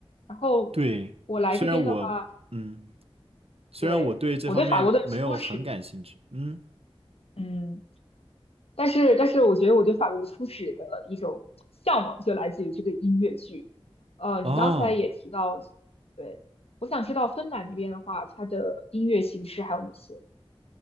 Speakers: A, on the left; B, on the right.
A: 然后
B: 对，
A: 我来这边的话，
B: 虽然我，嗯，虽然我对这方面没有很感兴趣，
A: 对，我我对法国的初始，
B: 嗯，
A: 嗯，但是但是我觉得我对法国的初始的一种向往就来自于这个音乐剧。呃，你刚才也提到，
B: 哦。
A: 对，我想知道芬兰那边的话，它的音乐形式还有哪些？